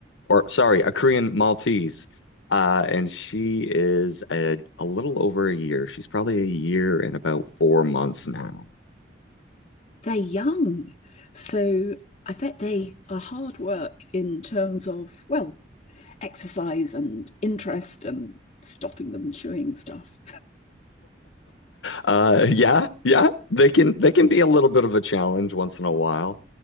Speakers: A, on the left; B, on the left.
A: or sorry, a Korean Maltese, uh, and she is a, a little over a year. She's probably a year and about four months now.
B: They're young. So I bet they are hard work in terms of, well, exercise and interest and stopping them chewing stuff.
A: Uh, yeah, yeah, they can they can be a little bit of a challenge once in a while.